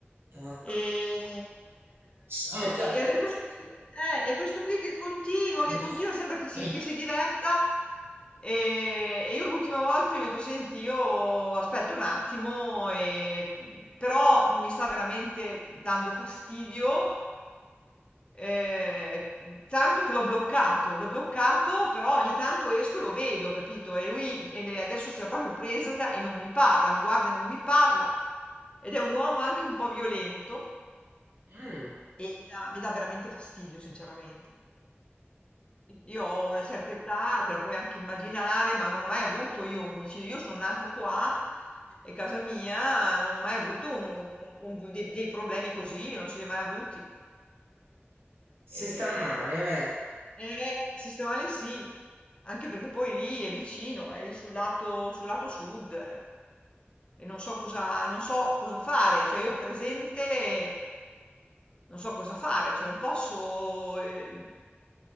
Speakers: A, on the right; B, on the left.
A: Ecco.
B: Ehm,
A: Ci siamo capiti.
B: e eh, e e questo qui eh, e questo qui che continua, che
A: Mm.
B: continua, sembra che si che si diverta, ehm, e io l'ultima volta gli ho detto: "Senti, io aspetto un attimo, ehm, però mi sta veramente dando fastidio, Ehm, mhmm, tanto che l'ho bloccato, l'ho bloccato, però ogni tanto esco e lo vedo, capito, e lui e le adesso se l'è proprio presa e non mi parla, mi guarda e non mi parla. Ed è un uomo anche un po' violento
A: Mm.
B: e mi dà mi dà veramente fastidio, sinceramente. I io ho una certa età, te la puoi anche immaginare, ma non ho mai avuto io un vicino io sono nata qua, è casa mia, non ho mai avuto un un un dei dei problemi così, non ce li ho mai avuti.
A: Si
B: E...
A: sta male, vero?
B: Eh, Sistemale sì, anche perché poi lì è vicino, è lì sul lato, sul lato sud eh, e non so cosa, non so cosa fare, cioè io a presente eh, non so cosa fare, cioè non posso eh,